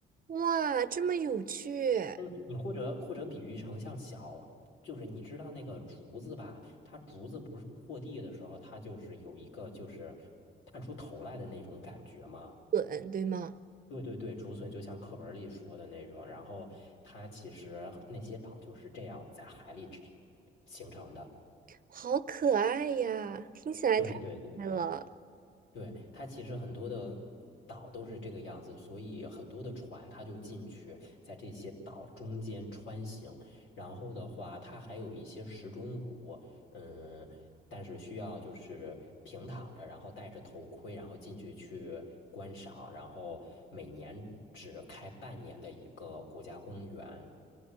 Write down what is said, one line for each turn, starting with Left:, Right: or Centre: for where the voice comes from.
Right: 哇，这么有趣，
Left: 嗯，你或者或者比喻成像小，就是你知道那个竹子吧？它竹子不是破地的时候，它就是有一个就是探出头来的那种感觉吗？
Right: 滚，对吗？
Left: 对对对，竹笋就像课本里说的那种，然后它其实那些岛就是这样在海里形成的。
Right: 好可爱呀，听起来太可爱了，
Left: 对对对。对，它其实很多的岛都是这个样子，所以很多的船它就进去，在这些岛中间穿行。然后的话，它还有一些石钟乳，嗯，但是需要就是平躺着，然后戴着头盔，然后进去去观赏。然后每年只开半年的一个国家公园。